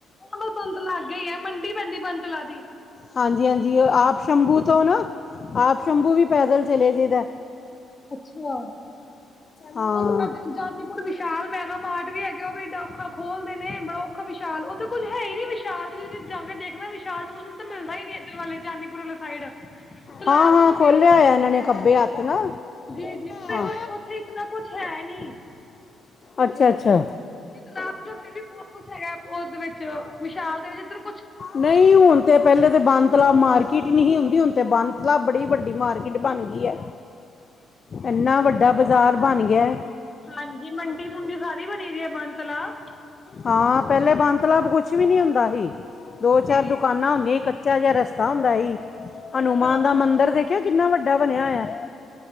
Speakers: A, on the left; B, on the left.
A: ਔ ਨੋ ਬੰਦ ਲਾਗੇ ਈ ਐ, ਮੰਡੀ ਪੈਂਦੀ ਬੰਤ ਲਾ ਦੀ।
B: ਹਾਂਜੀ ਹਾਂਜੀ ਆਪ ਸ਼ੰਭੂ ਤੋਂ ਨਾ ਆਪ ਸ਼ੰਭੂ ਵੀ ਪੈਦਲ ਚਲੇ ਜਈਦਾ
A: ਅੱਛਾ
B: ਹਾਂ
A: ਹੁਣ ਅਗਰ ਜ ਜਾਨੀਪੁਰ ਵਿਸ਼ਾਲ ਮੈਗਾ ਮਾਰਟ ਵੀ ਹੈਗੈ, ਓਹ ਵੀ ਇਡਾ ਔਖਾ ਖੋਲਦੇ ਨੇ, ਬੜਾ ਔ ਖਾ ਵਿਸ਼ਾਲ ਓਥੇ ਤੇ ਕੁੱਝ ਹੈ ਈ ਨੀ ਵਿਸ਼ਾਲ ਚ ਜਜ ਜਾ ਕੇ ਦੇਖਣਾ ਵਿਸ਼ਾਲ ਤੇ ਹੁਣ ਤਾਂ ਮਿਲਦਾ ਈ ਨੀ, ਏਧਰ ਵਾਲੇ ਜਾਨੀਪੁਰ ਅਲੇ ਸਾਈਡ। ਤਲਾਬ
B: ਹਾਂ ਹਾਂ,
A: ਚਲੋ
B: ਖੋਲਿਆ ਹੋਏਐ ਐਨਾਂ ਨੇ ਖੱਬੇ ਹੱਥ ਨਾ।
A: ਜੇ ਜੀ ਪੇ
B: ਹਾਂ
A: ਓਥੇ ਇਤਨਾ ਕੁਛ ਹੈ ਨੀ।
B: ਅੱਛਾ, ਅੱਛਾ।
A: ਜੀਤਲਾਬ ਚ ਫੇਰ ਵੀ ਬੌਤ ਕੁਛ ਹੈਗੈ, ਓਹਦੇ ਵਿੱਚ ਵਿਸ਼ਾਲ ਦੇ ਵਿੱਚ ਇਧਰ
B: ਨਹੀਂ ਹੁਣ ਤੇ ਪੈਲੇ ਤੇ ਬਣ ਤਲਾਬ ਮਾਰਕੀਟ ਨੀ, ਹੀ ਹੁੰਦੀ, ਹੁਣ ਤੇ ਬਣ ਤਲਾਬ ਬੜੀ ਵੱਡੀ ਮਾਰਕੀਟ ਬਣ ਗੀ ਐ। ਐਨਾ ਵੱਡਾ ਬਜ਼ਾਰ ਬਣ ਗਿਐ।
A: ਹਾਂਜੀ, ਮੰਡੀ-ਮੁੰਡੀ ਸਾਰੀ ਬਣੀ ਦੀ ਏ, ਬਣ-ਤਲਾਅ।
B: ਹਾਂ, ਪੈਲੇ ਬਣ-ਤਲਾਬ ਕੁਛ ਵੀ, ਨੀ ਹੁੰਦਾ ਹੀ। ਦੋ-ਚਾਰ
A: ਜੀ
B: ਦੁਕਾਨਾਂ ਹੁੰਦੀਆਂ ਹੀ ਕੱਚ ਕੱਚਾ ਜਾ, ਰਸਤਾ ਹੁੰਦਾ ਹੀ।
A: ਅੱਛਾ
B: ਹਨੂੰਮਾਨ ਦਾ ਮੰਦਰ ਦੇਖਿਆ ਕਿੰਨਾ ਵੱਡਾ ਬਣਿਆ ਹੋਇਆ!